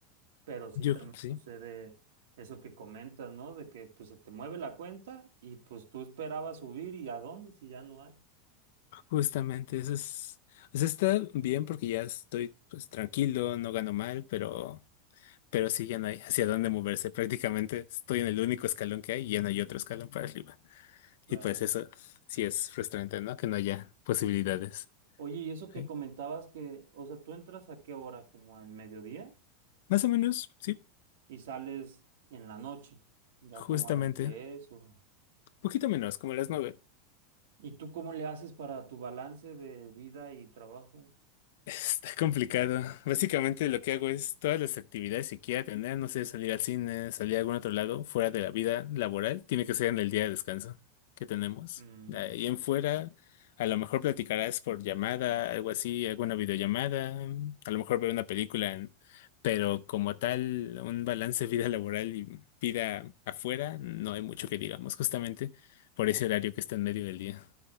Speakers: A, on the right; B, on the left.
A: Pero sí
B: Yo
A: también
B: creo que sí,
A: sucede eso que comentas, ¿no? De que pues se te mueve la cuenta y pues tú esperabas subir y a dónde si ya no hay.
B: justamente eso es, o sea, está bien porque ya estoy pues tranquilo, no gano mal, pero, pero sí ya no hay hacia dónde moverse. Prácticamente estoy en el único escalón que hay y ya no hay otro escalón para arriba.
A: Claro.
B: Y pues eso sí es frustrante, ¿no? Que no haya posibilidades.
A: Oye, y eso que
B: ¿sí?
A: comentabas que, o sea, ¿tú entras a qué hora? ¿Como en mediodía?
B: Más o menos, sí,
A: y sales en la noche, ya
B: justamente.
A: como a las 10 o...
B: Poquito menos, como las nueve.
A: ¿Y tú cómo le haces para tu balance de vida y trabajo?
B: Está complicado. Básicamente lo que hago es todas las actividades que quiera tener, no sé, salir al cine, salir a algún otro lado, fuera de la vida laboral, tiene que ser en el día de descanso que tenemos.
A: Mm,
B: Y en fuera, a lo mejor platicarás por llamada, algo así, alguna videollamada, a lo mejor ver una película, en- pero como tal, un balance vida laboral y vida afuera, no hay mucho que digamos, justamente por ese horario que está en medio del día.